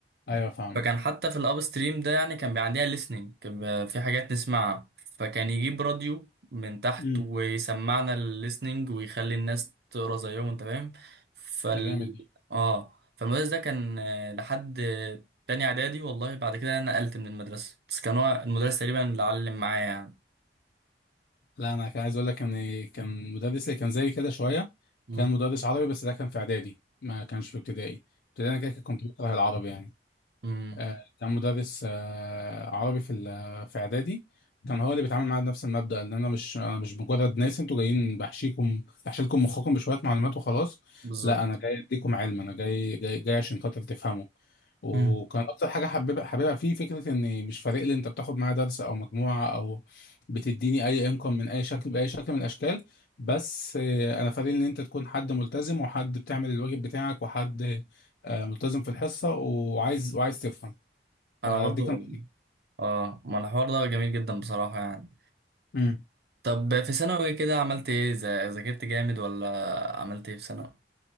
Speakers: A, on the left; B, on the right.
A: ايوه فاهمك
B: فكان حتى في الاب ستريم ده يعني كان بيبقى عندنا listening كان بيبقى في حاجات نسمعها فكان يجيب راديو من تحت
A: امم
B: ويسمعنا الليسننج ويخلي الناس تقرا زيهم انت فاهم فال
A: ده جامد
B: اه فالمدرس ده كان آه، لحد آه، تاني اعدادي والله بعد كده انا نقلت من المدرسه بس كان هو المدرس تقريبا اللي علم معايا يعني
A: لا انا كان عايز اقول لك ان كان مدرس اللي كان زي كده شويه
B: امم
A: كان مدرس عربي بس ده كان في اعدادي ما كانش في ابتدائي ابتدائي انا كده كنت بكره العربي يعني
B: امم
A: آه، كان مدرس آه، عربي في ال- في اعدادي كان هو اللي بيتعامل معايا بنفس المبدأ ان انا مش انا مش مجرد ناس انتوا جايين بحشيكم بحشيلكم مخكم بشوية معلومات وخلاص
B: بالظبط
A: لا انا جاي اديكم علم انا جاي جاي, جاي عشان خاطر تفهموا وكان
B: امم
A: اكتر حاجة حبيبها حبيبها فيه فكرة ان مش فارق لي انت بتاخد معايا درس او مجموعة او بتديني اي انكم من اي شكل باي شكل من الاشكال بس آه، انا فارق لي ان انت تكون حد ملتزم وحد بتعمل الواجب بتاعك وحد آه، ملتزم في الحصة وعايز وعايز تفهم فدي
B: انا برضو
A: كان
B: اه ما الحوار ده جميل جدا بصراحه يعني
A: امم
B: طب في ثانوي كده عملت ايه ز- ذاكرت جامد ولا عملت ايه في ثانوي